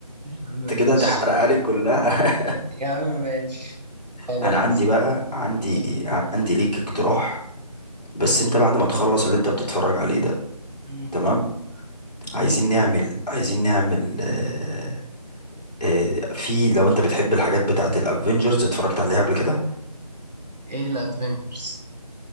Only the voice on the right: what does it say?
عم ماشي
يا عم ماشي
خلاص
اه
قول
مم.
مم.
ايه الادفنتشرز